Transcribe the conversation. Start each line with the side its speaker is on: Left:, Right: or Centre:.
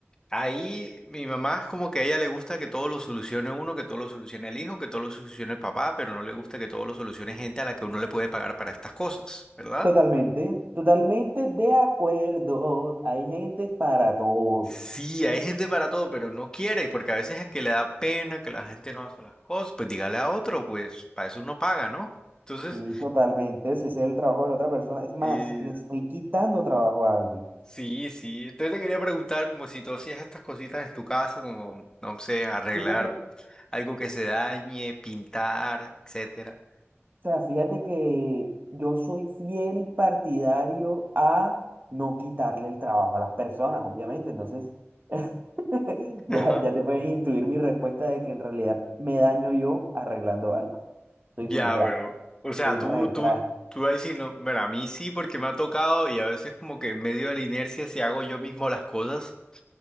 Left: ahí mi mamá es como que a ella le gusta que todo lo solucione uno, que todo lo solucione el hijo, que todo lo solucione el papá, pero no le gusta que todo lo solucione gente a la que uno le puede pagar para estas cosas, ¿verdad?
Right: Totalmente, totalmente de acuerdo. Hay gente para todo.
Left: Sí, hay gente para todo, pero no quiere, porque a veces es que le da pena que la gente no hace las cosas, pues dígale a otro, pues para eso uno paga, ¿no? Entonces,
Right: Sí, totalmente. Si ese es el trabajo de la otra persona. Es más,
Left: eh,
Right: le estoy quitando trabajo a alguien.
Left: sí, sí. Entonces te quería preguntar como si tú hacías estas cositas en tu casa, como, no sé, arreglar
Right: Fíjate, o
Left: algo que se dañe, pintar, etcétera.
Right: sea, fíjate que yo soy fiel partidario a no quitarle el trabajo a las personas, obviamente. Entonces, <laughs>
Left: Ajá.
Right: ya, ya te puedes intuir mi respuesta de que en realidad me daño yo arreglando algo. Soy
Left: Ya,
Right: muy drástico.
Left: bro. O sea,
Right: Soy
Left: tú,
Right: retras.
Left: tú, tú ahí sí no. Bueno, a mí sí, porque me ha tocado y a veces, como que en medio de la inercia, si hago yo mismo las cosas.